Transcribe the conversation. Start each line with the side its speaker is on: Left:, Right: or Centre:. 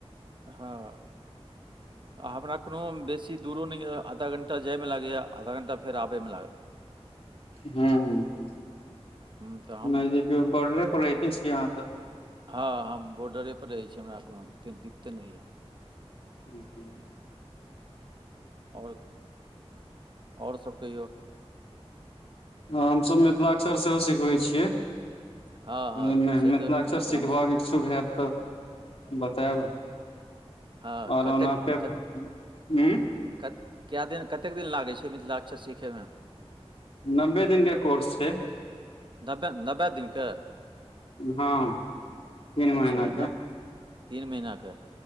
Right: हं हमरा कोनो बेसी दूरो नहि य आधा घण्टा जाइ में लागैए आधा घण्टा फेर आबयमे लागल
Left: ह हं ह
Right: हूँ तऽ हम
Left: नजदीक बॉर्डरे पर रते छी यहाँ तऽ
Right: हँ हम बॉर्डरेपर रहै छी हमरा कोनोेक दिक्कते नहि यए
Left: हं हं <unintelligible>
Right: और और सब कहियौ
Left: हमसभ मिथिलाक्षर सेहो सिखबै छियइ
Right: हँ हँ
Left: मेहनतना
Right: से तऽ अहाँ
Left: अक्सर सिखब
Right: कहने छी।
Left: इछु हब तऽ बतायब
Right: हँ
Left: ओर
Right: कतेक
Left: ओना पे <unintelligible>
Right: कत
Left: हूँ
Right: कत कए दिन कतेक दिन लागै छै मिथिलाक्षा सीखै में
Left: नबे दिन के कोर्स छय
Right: नब्बे नब्बे दिनके
Left: हँ तीन
Right: अच्छा
Left: महीना के
Right: न तीन महिने